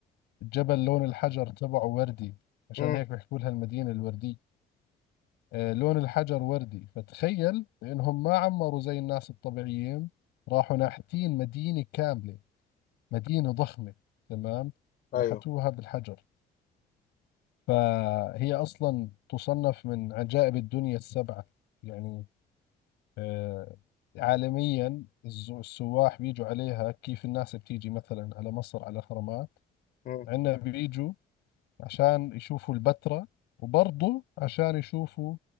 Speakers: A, on the left; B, on the left.
A: الجبل لون الحجر تبعه وردي عشان
B: مم.
A: هيك بيحكوا لها المدينة الوردية آه، لون الحجر وردي فتخيل إنهم ما عمروا زي الناس الطبيعيين راحوا ناحتين مدينة كاملة مدينة ضخمة تمام
B: ايوه
A: نحتوها بالحجر فهي أصلا تصنف من عجائب الدنيا السبعة يعني آه، عالميا الز- السواح بيجوا عليها كيف الناس بتيجي مثلا على مصر على الأهرامات
B: مم.
A: عندنا بيجوا عشان يشوفوا البتراء وبرضه عشان يشوفوا